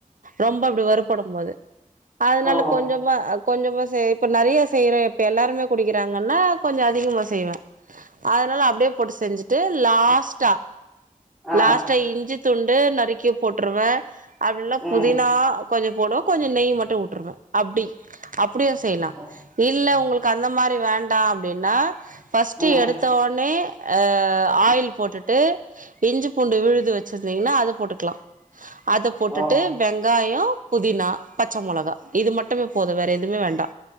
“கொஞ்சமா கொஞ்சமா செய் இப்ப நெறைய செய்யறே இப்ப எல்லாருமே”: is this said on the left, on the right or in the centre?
Right